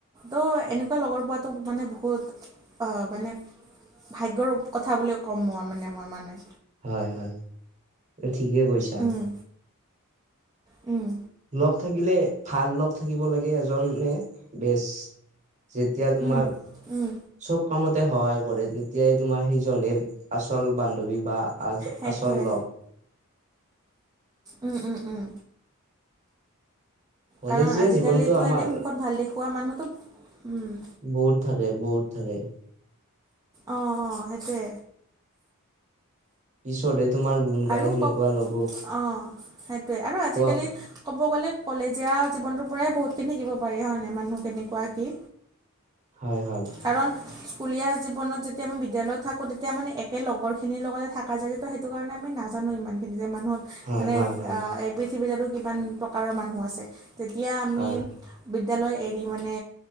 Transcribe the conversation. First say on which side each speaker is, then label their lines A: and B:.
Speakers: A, on the right; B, on the right.
A: তো এনেকুৱা লগৰ পোৱাটো মানে বহুত অ মানে ভাগ্যৰ কথা বুলিয়ে ক'ম মই মানে মই মানে
B: হয় হয় ঠিকে কৈছা
A: উম উম
B: লগ থাকিলে ভাল লগ থাকিব লাগে এজনে বেচ যেতিয়া তোমাৰ
A: উম উম
B: চব কামতে সহায় কৰে তেতিয়াই তোমাৰ সিজনে আচল বান্ধৱী বা আ
A: সেইটোৱে
B: আচল লগ
A: উম উম উম
B: কলেজীয়া
A: কাৰণ আজিকালিতো
B: জীৱনটো আমাৰ
A: এনেই মুখত ভাল দেখুওৱা মানুহটো
B: বহুত থাকে বহুত থাকে
A: অ অ সেইটোৱে
B: পিছ'তে তোমাৰ গুণ গাই
A: আৰু
B: সেনেকুৱা
A: কওক
B: লগ
A: অঁ সেইটোৱে আৰু আজিকালি
B: কোৱা
A: ক'ব গ'লে কলেজীয়া জীৱনটোৰ পৰাই বহুতখিনি থাকিব পাৰি হয়নে মানুহ কেনেকুৱা কি
B: হয় হয়
A: কাৰণ স্কুলীয়া জীৱনত যেতিয়া মই বিদ্যালয়ত থাকোঁ তেতিয়া মানে একে লগৰখিনিৰ লগতে থকা যায় যে ত' সেইটো কাৰণে আমি নাজানো ইমানিনি যে মানুহত
B: হয়
A: মানে
B: হয়
A: এ
B: হয়
A: পৃথিৱীতো কিমান প্ৰকাৰৰ মানুহ আছে তেতিয়া আমি
B: হয়
A: বিদ্যালয় এৰি মানে